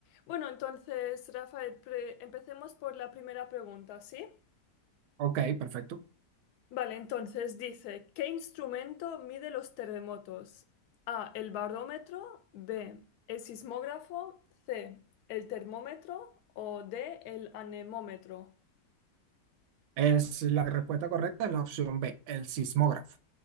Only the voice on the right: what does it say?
Ok, perfecto.
Es la respuesta correcta es la opción B, el sismógrafo.